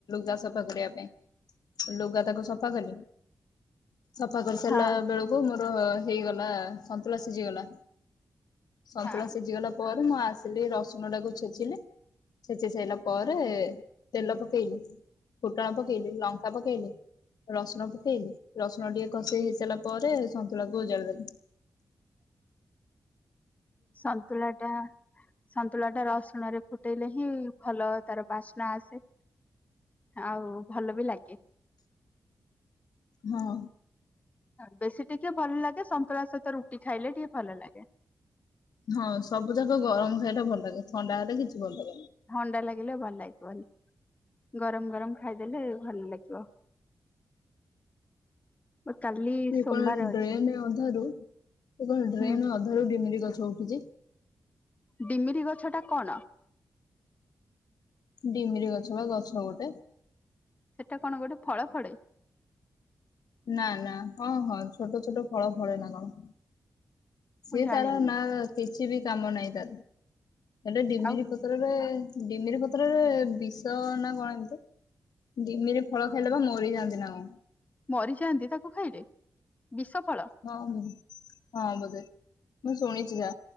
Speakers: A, on the left (about 85°); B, on the left (about 20°).
A: ଯ ସବ ବଗଡ଼ିବା ପାଇଁ ଲୁଗା ତାକୁ ସଫା କଲି ସଫା କରିସାରିଲା
B: ହଁ
A: ବେଳକୁ ମତ ହେଇଗଲା ସନ୍ତୁଲା ସିଝିଗଲା ସନ୍ତୁଳା
B: ହଁ
A: ସିଝିଗଲା ପରେ ମୁଁ ଆସିଲି ରସୁଣ ଟାକୁ ଛେଜିଲି ସେଚି ସାଇଲା ପରେ ତେଲ ପକେଇଲି ଫୁଟଣ ପକେଇଲି ଲଙ୍କା ପକେଇଲି ରସୁଣ ପକେଇଲି ରସୁଣ ଟିକେ କଷେଇ ହେଇସାରିଲା ପରେ ସନ୍ତୁଳାକୁ ଓଜାଡିଦଲି
B: ସନ୍ତୁଳା ଟା ସନ୍ତୁଳା ଟା ରସୁଣ ରେ ଫୁଟେଇଲେ ହିଁ। ଭଲ ତାର ବାସ୍ନା ଆସେ ଆଉ ଭଲ ବି ଲାଗେ
A: ହଁ।
B: ବେଶୀ ଟିକେ ଭଲ ଲାଗେ ସନ୍ତୁଳା ସହିତ ରୁଟି ଖାଇଲେ ଟିକେ ଭଲ ଲାଗେ
A: ହଁ ସବୁ ଯାକ ଗରମ ଖାଇଲୋ ଭଲ ଲାଗେ ଥଣ୍ଡା ଖାଇଲେ କିଛି ଭଲ ଲାଗେନି
B: ଥଣ୍ଡା ଲାଗିଲେ ଭଲ ଲାଗିବନି ଗରମ ଗରମ ଖାଇଦେଲେ ଭଲ ଲାଗିବ। କାଲି
A: ସେ
B: ସୋମବାର
A: କଣ
B: ଅଛି
A: ଡ୍ରେନ୍ ଅଧାରୁ ସେ କଣ
B: ହୁଁ
A: ଡ୍ରେନ୍ ଅଧାରୁ ଡିମିରି ଗଛ ଉଠିଛି।
B: ଡିମିରି ଗଛ ଟା କଣ?
A: ଡିମିରି ଗଛ ବା ଗଛ ଗୋଟେ
B: ସେଟା କଣ ଗୋଟେ ଫଳ ଫଡେ
A: ନା ନା ହଁ ହଁ ଛୋଟ ଛଟ ଫଳ ଫରେ ନା କଣ? ସିଏ
B: ମୁଁ ଜାଣିନି
A: ତାାର ନା କିଛି ବି କାମ ନାହିଁ ତାର। ସେଟା ଡିମିରି
B: ଆଉ
A: ପତ୍ରରେ ଡିମିରି ପତ୍ରରେ ବିଷ ନା କଣ? ଏମିତି ଡିମିରି ଫଳ ଖାଇଲେ ବା ମରି ଯାଆନ୍ତି ନା କଣ?
B: ମରିଯାଆନ୍ତି ତାକୁ ଖାଇଲେ? ବିଷଫଳ।
A: ହଁ ବୋଧେ ହଁ ବଧେ ମୁଁ ଶୁଣିଛି ଯା।